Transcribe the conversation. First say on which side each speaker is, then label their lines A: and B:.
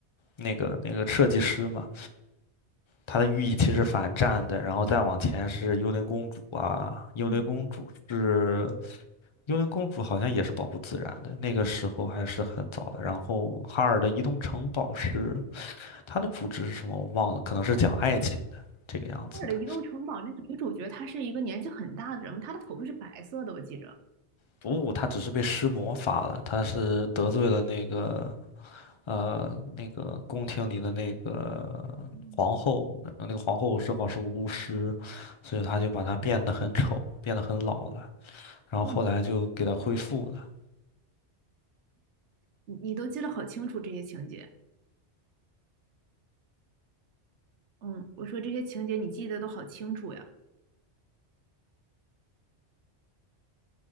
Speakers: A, on the left; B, on the right.
A: 那个那个设计师嘛，他的寓意其实反战的，然后再往前是幽灵公主啊，幽灵公主是
B: 嗯，
A: 幽灵公主好像也是保护自然的，那个时候还是很早的。然后哈尔的移动城堡是它的主旨是什么我忘了，可能是讲爱情的这个样子的。
B: 那尔的移动城堡那个女主角，她是一个年纪很大的人，她的头发是白色的，我记着。
A: 不，他只是被施魔法了，他是得罪了那个呃，那个宫廷里的那个皇后，
B: 嗯，
A: 然后那个皇后正好是个巫师，所以他就把她变得很丑，变得很老了。然后后来就给她恢复了。
B: 哦，你你都记得好清楚这些情节。嗯，我说这些情节你记得都好清楚呀。